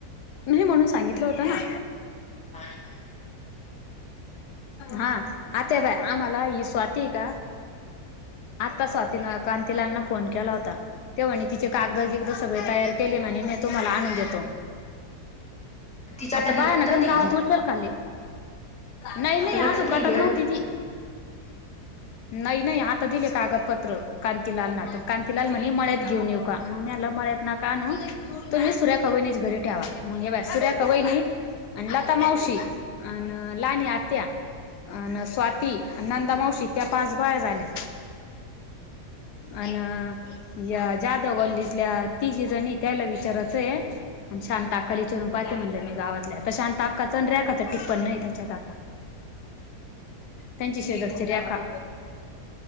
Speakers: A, on the left; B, in the centre.
A: नाही म्हणून सांगितलं हो ना.
B: <inaudible>
A: हा आता बाय आम्हाला ही स्वाती का? आता स्वातीन कांतिलांना फोन केला होता ते म्हणे तिचे कागद जे सगळे तयार केले म्हणे मी तुम्हाला आणून देतो.
B: तिच्या
A: आता
B: तिच्यात
A: बाय ना गन
B: नाही
A: गावत उचल खाल्ली. नाही नाही
B: आता
A: आजून गटात
B: ते अजून
A: नव्हती ती. नाही नाही आता दिले कागदपत्र का ला कांतीलाल म्हणे मळ्यात घेऊन येऊ का मग मी म्हणाल मळ्यात नाको आणू तुम्हीच सुरेखा वहिनी घरी ठेवा मग हे सुरेखा वहिनी आणि लता मावशी अन लाली आत्या अन स्वाती नंदा मावशी त्या पाच बाया झाल्या अन. या जाधाव गल्लीतल्या तिघी जणी त्याला विचारायचंय शांता अकाला विचायरून पाहा म्हनल मी गावातल्या शांताकाच रेखाच टिप्पण नाही त्याच्यात आता त्यांची शेजारची रेखा.